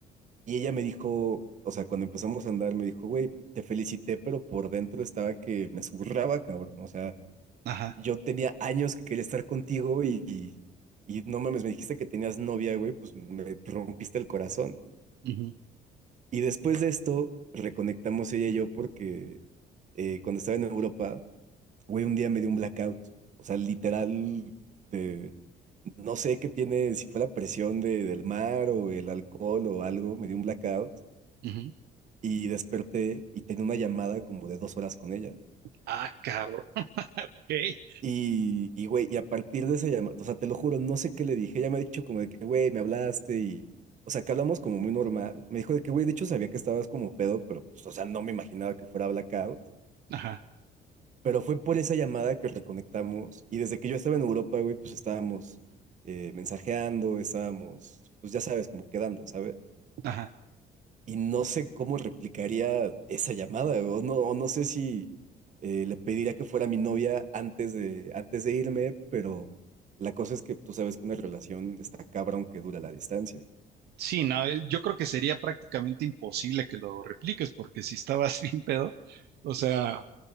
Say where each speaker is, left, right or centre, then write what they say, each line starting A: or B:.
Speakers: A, on the right; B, on the right.
A: Y ella me dijo, o sea, cuando empezamos a andar, me dijo, güey, te felicité, pero por dentro estaba que me zurraba, cabrón. O sea,
B: ajá.
A: yo tenía años que quería estar contigo y, y no mames, me dijiste que tenías novia, güey, pues me rompiste el corazón.
B: ujú,
A: Y después de esto, reconectamos ella y yo porque eh, cuando estaba en Europa, güey, un día me dio un blackout. O sea, literal, de, no sé qué tiene, si fue la presión de, del mar o el alcohol o algo, me dio un blackout
B: ujú.
A: y desperté y tenía una llamada como de dos horas con ella.
B: Ah, cabrón. <laughs> Ok.
A: Y, y, güey, y a partir de esa llamada, o sea, te lo juro, no sé qué le dije, ella me ha dicho como de que, güey, me hablaste y, o sea, que hablamos como muy normal. Me dijo de que, güey, de hecho sabía que estabas como pedo, pero pues, o sea, no me imaginaba que fuera blackout.
B: Ajá,
A: Pero fue por esa llamada que reconectamos y desde que yo estaba en Europa, güey, pues estábamos eh, mensajeando, estábamos, pues ya sabes, como quedando, ¿sabes?
B: ajá.
A: Y no sé cómo replicaría esa llamada, o no, o no sé si eh, le pediría que fuera mi novia antes de, antes de irme, pero la cosa es que tú sabes que una relación está cabrón que dura la distancia.
B: Sí, no, eh, yo creo que sería prácticamente imposible que lo repliques, porque si estabas <laughs> bien pedo, o sea,